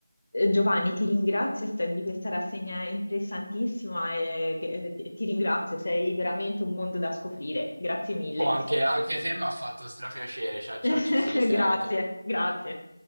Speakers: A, on the left (about 50°); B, on the right (about 70°).
A: Eh, Giovanni, ti ringrazio st- di questa rassegna interessantissima e eh, ti ti ringrazio, sei veramente un mondo da scoprire. Grazie mille.
B: O anche, anche te mi ha fatto strapiacere. Ciao, ciao,
A: <laughs>
B: ci si risente.
A: Grazie, grazie.